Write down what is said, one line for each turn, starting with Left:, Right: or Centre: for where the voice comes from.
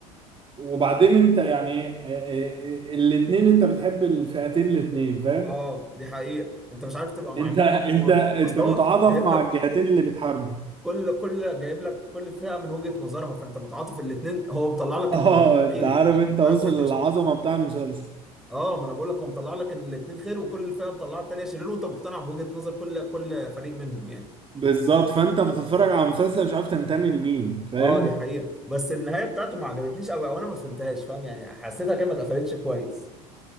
Right: وبعدين انت يعني آه، آه، آه، الاتنين انت بتحب الفئتين الاتنين فاهم
Centre: اه دي حقيقه انت مش عارف تبقى مع
Right: انت
Centre: مين
Right: انت
Centre: هو-
Right: انت
Centre: اصل
Right: متعاطف
Centre: هو جايب
Right: مع
Centre: لك
Right: الجهتين اللي بتحاربوا
Centre: كل كل جايب لك كل فئه من وجهه نظرها فانت متعاطف الاثنين هو مطلع لك
Right: <laughs> اه
Centre: ان الاثنين
Right: انت
Centre: خير
Right: عارف انت وصل
Centre: فاهم فانت مش
Right: للعظمه بتاع المسلسل
Centre: اه ما انا بقول لك هو مطلع لك ان الاثنين خير وكل فئه مطلعه الثانيه شرير وانت مقتنع بوجهه نظر كل كل فريق منهم يعني
Right: بالظبط فانت بتتفرج على مسلسل مش عارف تنتمي لمين فاهم
Centre: اه دي حقيقه بس النهايه بتاعته ما عجبتنيش قوي او انا ما فهمتهاش فاهم يعني حسيتها كده ما اتقفلتش كويس